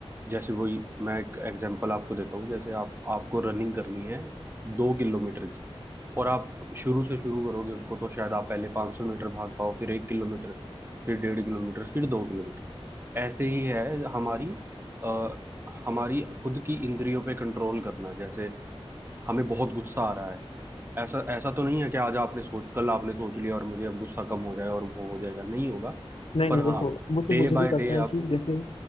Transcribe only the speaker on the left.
नहीं
नहीं देखो
वो
तो मुझे
भी
पता
है कि जैसे